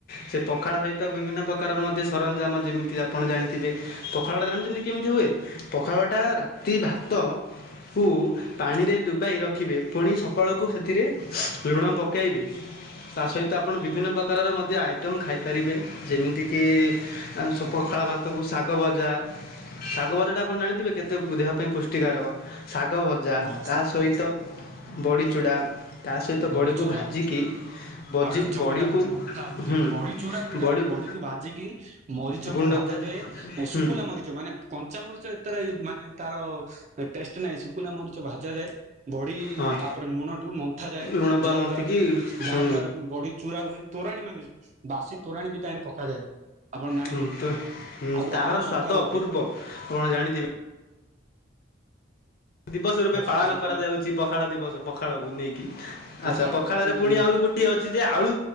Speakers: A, on the left; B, on the right.
A: ସେ ପଖାଳ ସହିତ ବିଭିନ୍ନ ପ୍ରକାରର ମଧ୍ୟ ସରଞ୍ଜାମ ଯେମିତି ଆପଣ ଜାଣିଥିବେ ପଖାଳଟା ଜାଣିଛନ୍ତି କେମିତି ହୁଏ ପଖାଳଟା ରାତି ଭାତ କୁ ପାଣିରେ ଦୁବେଇ ରଖିବେ ପୁଣି ସକାଳକୁ ସେଥିରେ ଲୁଣ ପକାଇବେ ତା ସହିତ ଆପଣ ବିଭିନ୍ନ ପ୍ରକାରର ମଧ୍ୟ ଆଇଟମ୍ ଖାଇପାରିବେ ଯେମିତିକି ଆ <unintelligible> ପଖାଳ ଭାତକୁ ଶାଗ ଭଜା ଶାଗ ଭଜାଟା ଆପଣ ଜାଣିଥିବେ କେତେ ଦେହ ପାଇଁ ପୁଷ୍ଟିକାରକ ଶାଗ ଭଜା
B: ହଁ
A: ତା ସହିତ ବଡ଼ି ଚୂଡ଼ା ତା ସହିତ
B: ବଢିଚୁରା
A: ବଡ଼ିକୁ ଭାଜିକି
B: ଆଉ
A: ଭଜି
B: ଆଳୁ ଚକୁଟା
A: ବଡ଼ିକୁ
B: ମାନେ ମନ୍ଥା ହଉଥିଏ
A: ହୁଁ
B: ବଢିଚୁରା ମୁଁ ଜାଣିଚି
A: ବଡ଼ିକୁ
B: ବଢ଼ିକୁ ଭାଜିକି ମରିଚକୁ
A: ଗୁଣ୍ଡ
B: ଭା ଭାଜା
A: କରି
B: ଯାଏ ଶୁକୁଲା
A: ହୁଁ
B: ମରିଚ ମାନେ କଞ୍ଚା ମରିଚ ଏତ ତେରେ ମାନେ ତାର ଟେଷ୍ଟ ନାହିଁ ଶୁକୁଲା ମରିଚ ଭାଜା ଯାଏ। ବଢି
A: ହଁ
B: ତାପରେ ନୁଣଠୁ ମ ନ୍ଥା ଯାଏ
A: ଲୁଣ ବା
B: ଯାହା
A: ମନ୍ଥିକି
B: ଦ୍ଵାରା ଯାହା
A: ହୁଁ
B: ଦ୍ଵାରା ବଢିଚୁରା ହୁଏ ତୋରାଣୀ ମାନେ ବାସ ସୀ ତୋରାଣୀ ବି ତାହିଁରେ ପକାଯାଏ। ଆପଣ ଜାଣିଥିବେ
A: ହୁଁ ତ ହୁଁ
B: ଆଉ
A: ତାହାର
B: ଆଳୁ
A: ସ୍ୱାଦ
B: ମନ୍ଥା ଗୋଟେ
A: ଅପୂର୍ବ ଆପଣ ଜାଣିଥିବେ ଦିବସ ରୂପେ
B: ପଖାଳ
A: ପାଳନ
B: ସହିତ
A: କରାଯାଉଛି
B: ମାନେ
A: ପଖାଳ ଦିବସ ପଖାଳକୁ ନେଇକି ଆଚ୍ଛା
B: ପଖାଳକୁ
A: ପଖାଳରେ ପୁଣି
B: ମାନେ
A: ଆହୁରି ଗୋଟିଏ ଅଛି ଯେ ଆଳୁ